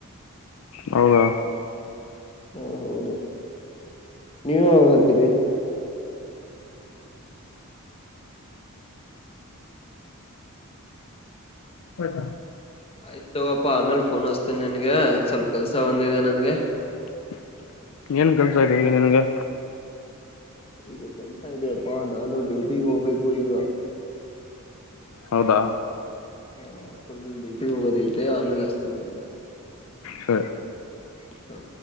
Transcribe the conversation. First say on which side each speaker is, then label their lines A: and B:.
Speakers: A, on the left; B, on the left.
A: ಹೌದಾ
B: ಹ ಹೌದು ನೀವ ಹ ಹಾಕರಿ
A: ಹದಾ
B: ಆಯ್ತು ತಗೋಪ್ಪಾ ಆಮೇಲ್ ಫೋನ್ ಹಸ್ತೇನಿ ನಿನ್ಗೆ ಸ್ವಲ್ಪ ಕೆಲ್ಸ ಒಂದಿದೆ ನನ್ಗೆ
A: ಹ <unintelligible> ಏನ್ ಕಲ್ಸ ಇದೆ ಈಗ ನಿನಗೆ
B: ಈಗ ಕೆಲ್ಸ ಇದಪ್ಪಾ ನಾನು ಡ್ಯೂಟಿಿಗೆ ಹೋಗ್ಬೇಕು ಈಗ
A: ಹೌದಾ
B: ಹಾ ಫುಲ್ ಡ್ಯೂಟಿ ಹೋಗೋದ ಐತೆ ಆಮೇಲೆ ಅಷ್ಟತೇ ನಿನ್ಗೆ
A: ಸರಿ
B: ಹ್ಮ